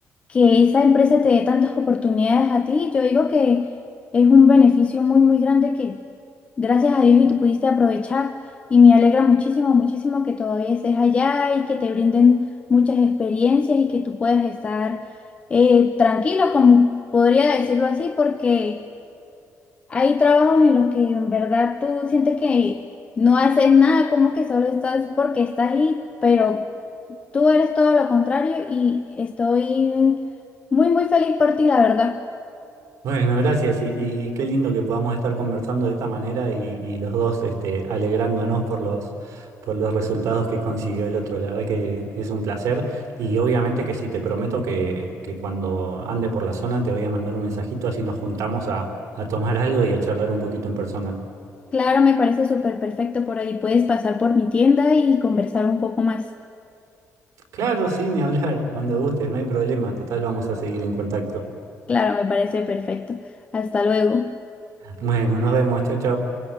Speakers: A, on the left (about 20°); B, on the right (about 75°).
A: que esa empresa te dé tantas oportunidades a ti, yo digo que es un beneficio muy, muy grande que gracias a Dios y tú pudiste aprovechar y me alegra muchísimo, muchísimo que todavía estés allá y que te brinden muchas experiencias y que tú puedas estar eh, tranquilo, como podría decirlo así, porque hay trabajos en los que en verdad tú sientes que no haces nada, como que solo estás porque estás ahí, pero tú eres todo lo contrario y estoy muy, muy feliz por ti, la verdad.
B: Bueno, gracias y, y qué lindo que podamos estar conversando de esta manera y, y los dos este, alegrándonos por los, por los resultados que consiguió el otro. La verdad que es un placer y obviamente que sí, te prometo que, que cuando ande por la zona te voy a mandar un mensajito así nos juntamos a, a tomar algo y a charlar un poquito en persona.
A: Claro, me parece súper perfecto por ahí. Puedes pasar por mi tienda y conversar un poco más.
B: Claro, sí, ni hablar, cuando gustes, no hay problema, total vamos a seguir en contacto.
A: Claro, me parece perfecto. Hasta luego.
B: Bueno, nos vemos, chao, chao.